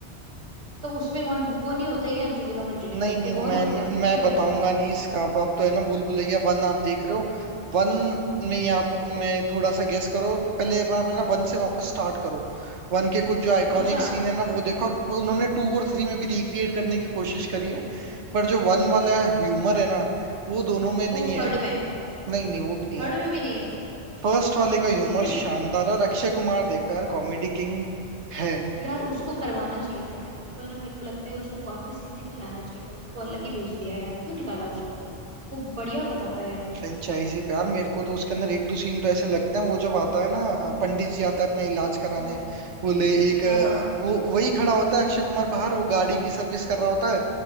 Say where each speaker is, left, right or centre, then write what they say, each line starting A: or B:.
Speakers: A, on the right (about 30°); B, on the right (about 85°).
A: तो उसमें कौन वो नहीं होते क्या अंजुलिका मंजुलिका
B: नहीं
A: कोई
B: नहीं
A: और
B: मैं
A: ही होता है वो
B: मैं
A: ये कह
B: बताऊंगा
A: रहे तू
B: नहीं इसका आप, आप तो है ना भूल भुलैया वन आप देख रहे हो वन में ही आप मैं थोड़ा सा गेस करो और पहले आप है ना वन से वापस स्टार्ट करो वन के कुछ जो आइकॉनिक
A: अच्छा
B: सीन है ना वो देखो और उन्होंने टू और थ्री में भी रिक्रिएट करने की कोशिश करी है पर जो वन वाला ह्यूमर है ना वो दोनों में नहीं
A: वो
B: है
A: थर्ड में है
B: नहीं नहीं वो भी नहीं
A: थर्ड
B: है
A: में भी नहीं है
B: फर्स्ट वाले का ह्यूमर
A: अरे
B: शानदार है और अक्षय कुमार देखो यार कॉमेडी किंग है
A: यार उसको करवाना चाहिए था यार उसको है ना मेरे को लगता है उसको वापस इसी में लाना चाहिए था उसको अलग ही भेज दिया यार क्यों निकाला उसको वो बढ़िया बनाता यार मूवी
B: फ्रेंचाइजी पे यार मेरे को तो उसके अंदर एक दो सीन तो ऐसे लगते हैं वो जब आता है ना अ, पंडित जी आता है
A: हम्म
B: अपना इलाज कराने
A: हम्म हम्म, हम्म।
B: वो ले एक अ,
A: हाँ हाँ
B: वो वही खड़ा होता है अक्षय कुमार बाहर वो गाड़ी की सर्विस कर रहा होता है